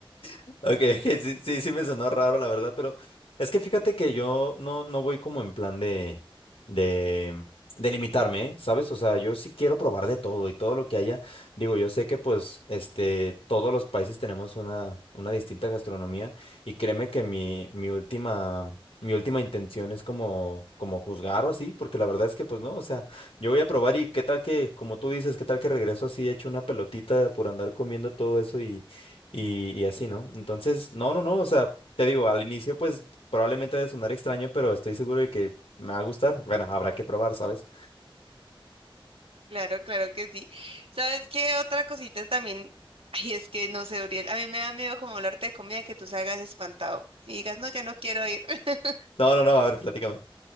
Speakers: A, on the left (about 85°); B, on the right (about 80°).
A: Ok, <laughs> ok, sí, sí, sí me sonó raro, la verdad, pero es que fíjate que yo no, no voy como en plan de, de, de limitarme, ¿eh? ¿Sabes? O sea, yo sí quiero probar de todo y todo lo que haya. Digo, yo sé que pues, este, todos los países tenemos una, una distinta gastronomía y créeme que mi, mi última, mi última intención es como, como juzgar o así, porque la verdad es que pues no, o sea, yo voy a probar y qué tal que, como tú dices, qué tal que regreso así hecho una pelotita por andar comiendo todo eso y, y así, ¿no? Entonces, no, no, no, o sea, te digo, al inicio pues probablemente ha de sonar extraño, pero estoy seguro de que me va a gustar. Bueno, habrá que probar, ¿sabes?
B: Claro, claro que sí. ¿Sabes qué otra cosita también? Ay, es que no sé, Uriel, a mí me da miedo como hablarte de comida que tú salgas espantado y digas, no, ya no quiero ir. <laughs>
A: No, no, no, a ver, platícame.